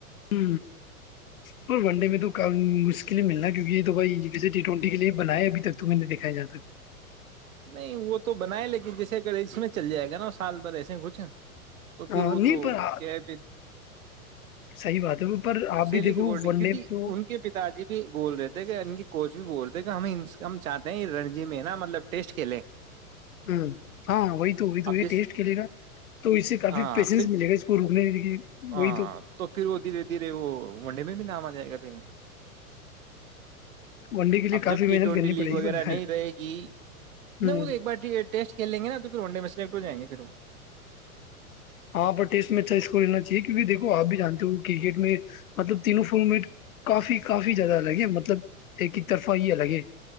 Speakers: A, on the left; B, on the right.
A: ہ پر ون ڈے میں تو مشکل ہی ملنا کیونکہ یہ تو بھائی جسے ٹی ٹوینٹی کے لیے بنایا ابھی تک تو میں نے دکھایا جات سک
B: نہیں وہ تو بنا ہے لیکن جیسے کہ اس میں چل جائے گا نا سال بھر ایسے کچھ تو پھر
A: نہیں
B: وہ تو
A: پر
B: کیا ہے پھر
A: صحیح بات ہے وہ پر آپ بھی
B: سیلی
A: دیکھو
B: کے اکارڈنگ
A: ون
B: کیونک
A: ڈے میں تو
B: ان کے پتا جی بھی بول رہے تھے ان کی کوچ بھی بولتے تھ ہم ہم چاہتے ہیں رنجی میں ہے نا مطلب ٹیسٹ کےل
A: ہ ہاں وہی تو وہی تو وہی
B: جس
A: ٹیسٹ کرلے گا تو اس سے کافی
B: ہاں
A: پیشنس
B: پھر
A: ملے گا اس کو روکنے
B: ہاں
A: وہی تو
B: توپ وہ دھیرے دھیرے وہ ونڈے میں بھی نام آ جائے گا پہنے کا
A: ون ڈے کے لیے
B: اب
A: کافی
B: جب ٹی
A: محنت
B: ٹوینٹی
A: کرنی
B: لیگ
A: پڑے
B: وغیرہ
A: گی
B: نہیں رہے گی
A: ہ
B: نہیں وہ تو ایک بار ٹیسٹ کھیل لیں گے نا تو پھر ون ڈے میں سے سلیکٹ ہو جائیں گے پھر وہ
A: ہاں پر ٹیسٹ میں چائ اس کو لا چاہیے کیہ دیکو آپ بھی جانتے ہو کرکٹ میں مطلب تینوں فول مٹ کافی کافی زیادہ الگ ہے مطلب ایک طرفہ ہی الگ ہے